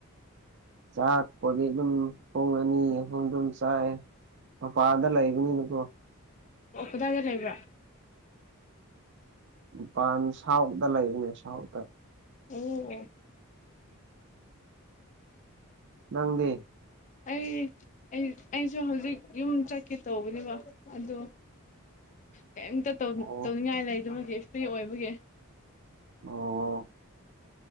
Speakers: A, on the right (about 55°); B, on the left (about 35°).
A: ꯆꯥꯛꯄꯣꯗꯤ ꯑꯗꯨꯝ ꯄꯨꯡ ꯑꯅꯤ ꯑꯍꯨꯝ ꯑꯗꯨꯝ ꯆꯥꯏ ꯃꯄꯥꯜꯗ ꯂꯩꯕꯅꯤꯅꯀꯣ
B: ꯑꯣ ꯀꯗꯥꯏꯗ ꯂꯩꯕ꯭ꯔꯥ
A: ꯃꯄꯥꯟ ꯁꯥꯎꯗ ꯂꯩꯕꯅꯦ ꯁꯥꯎꯠꯇ
B: ꯑꯣ ꯑꯣ
A: ꯅꯪꯗꯤ
B: ꯑꯩ ꯑꯩꯁꯨ ꯍꯧꯖꯤꯛ ꯌꯨꯝ ꯆꯥꯠꯀꯦ ꯇꯧꯕꯅꯦꯕ ꯑꯗꯣ ꯀꯩꯝꯇ ꯇꯧ
A: ꯑꯣ
B: ꯇꯧꯅꯤꯡꯉꯥꯏ ꯂꯩꯇꯕꯒꯤ ꯐ꯭ꯔꯤ ꯑꯣꯏꯕꯒꯤ <inaudible>
A: ꯑꯣ